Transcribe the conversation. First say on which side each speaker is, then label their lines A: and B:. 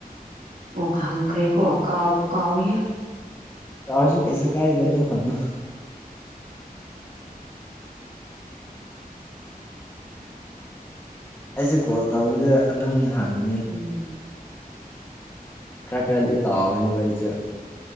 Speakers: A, on the right; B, on the left.
A: ꯑꯣ ꯍꯪꯈ꯭ꯔꯦꯀꯣ ꯀꯥꯎꯕꯨ ꯀꯥꯎꯋꯦꯍꯦ
B: ꯇꯧꯔꯁꯨ ꯀꯩꯁꯨ ꯀꯥꯏꯗ ꯑꯗꯨꯝ ꯍꯪꯉꯣ ꯑꯩꯁꯨ ꯀꯣꯜ ꯇꯧꯕꯗ ꯑꯗꯨꯝ ꯍꯪꯕꯅꯦ
A: ꯎꯝ
B: ꯈ꯭ꯔ ꯈ꯭ꯔꯗꯤꯗꯤ ꯀꯥꯎꯕꯅꯦꯕ ꯑꯩꯖꯨ